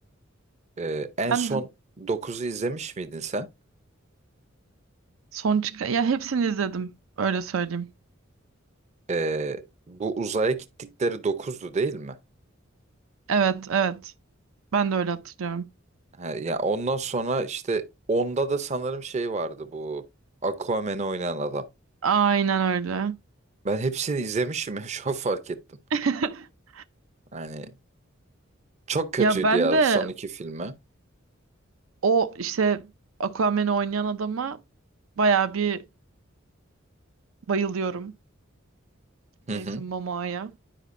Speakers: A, on the right (about 35°); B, on the right (about 85°).
A: Ee, en
B: Ben
A: son
B: de
A: dokuzu izlemiş miydin sen?
B: son çıkan... Ya hepsini izledim. Öyle söyleyeyim.
A: Ee, bu uzaya gittikleri dokuzdu değil mi?
B: Evet, evet. Ben de öyle hatırlıyorum.
A: Ha, ya ondan sonra işte onda da sanırım şey vardı bu. Aquaman'ı oynayan adam.
B: Aynen öyle.
A: Ben hepsini izlemişim ya <laughs> şu an fark ettim.
B: <laughs>
A: Yani çok kötüydü
B: Ya ben
A: ya
B: de
A: son iki filmi.
B: o işte Aquaman'i oynayan adama bayağı bir bayılıyorum.
A: Hı
B: Jason
A: hı.
B: Momoa'ya.